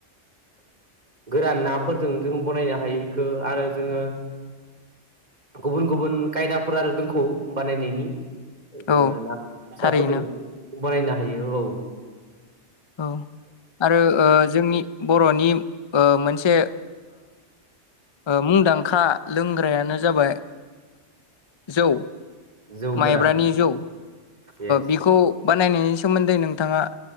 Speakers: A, on the right (about 35°); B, on the left (about 30°).
A: गोरान नाफोरजों जों बनायनो हायो बेखौो आरो जोङो गुबुन गुबुन खायदाफोर आरो दंखौ बानायनायनि जोङो
B: औ
A: ना फिसा
B: थारैनो
A: फोदों बानायनो हायो औ
B: औ आरो जोंनि बर'नि मोनसे मुंदांखा लोंग्रायानो जाबाय जौ
A: जौ
B: माइब्रानि
A: गोरान
B: जौ
A: येस
B: बिखौ नायनायनि सोमोन्दै नोंथांङा